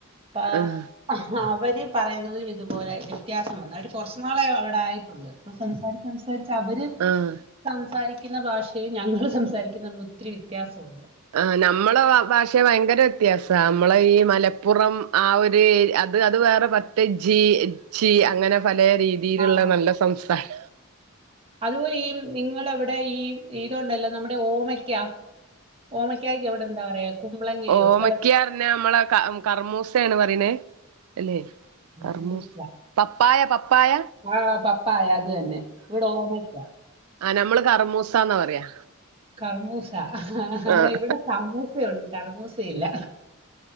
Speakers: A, on the right; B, on the right.
A: അപ്പാ
B: ആഹ്
A: ആ അവരുപറയുന്നതു മിതുപോലെ വ്യത്യാസം വന്നു. അവര് കൊറച്ചു നാളെയവിടെ ആയിട്ടൊള്ള് പ്പംസംസാര സംസാരിച്ചവര്
B: ആഹ്
A: സംസാരിക്കുന്ന ഭാഷയും ഞങ്ങളു സംസാരിക്കുന്നതും ഒത്തിരി വ്യത്യാസമുണ്ട്.
B: ആ നമ്മടെ ഭാഷ ഭയങ്കര വ്യത്യാസ നമ്മളയീ മലപ്പുറം ആയൊരു ഏരി അത് അതുവേറെ പത്ത് ജി ചി അങ്ങനെ പലേ രീതിയിലുള്ള
A: ആ
B: നല്ല സംസാരം
A: അതുപോലെ യീ നിങ്ങളവിടെ യീ ഇതുണ്ടല്ലോ നമ്മുടെ ഓമയ്ക്കാ ഓമയ്ക്കാ ക്കവിടെ എന്താ പറയാ കുമ്പളങ്ങയോ
B: ഓമക്കാ
A: അല്ല
B: ർഞ്ഞാ നമ്മളെ ക കറുമൂസേണ് പറിണേ അല്ലേ കറമൂസ
A: മൂസ
B: പപ്പായ പപ്പായ
A: ആ പപ്പായ അതുതന്നെ ഇവിടെ ഓമക്ക
B: ആ നമ്മള് കറുമൂസാന്നു പറയാ
A: കർമൂസ
B: ആഹ്
A: ഇവിടെ സമൂസ ഉണ്ട് കർമൂസ ഇല്ല